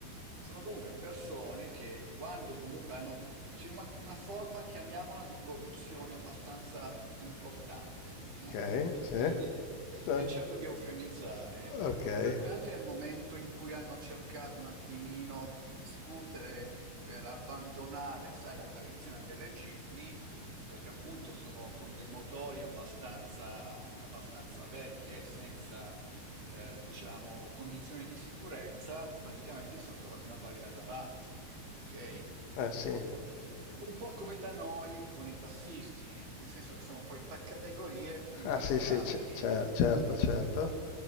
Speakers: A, on the right; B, on the left.
A: sono comunque persone che quando comunque hanno... C'è una, una forma, chiamiamola, di corruzione abbastanza importante,
B: Okay,
A: eh?
B: sì.
A: e voglio dire,
B: Eh,
A: e cerco di eufemizzare,
B: okay.
A: per cui anche nel momento in cui hanno cercato un attimino di discutere per abbandonare, sai, la tradizione delle cipni, perché appunto sono con dei motori abbastanza, abbastanza vecchi e senza, eh, diciamo, condizioni di sicurezza, praticamente si sono trovati una barriera davanti, ok?
B: Eh sì.
A: Un po' come da noi con i tassisti, nel senso che sono poi tre categorie intoccabili.
B: Ah sì, sì, ce ce certo,
A: mm?
B: certo.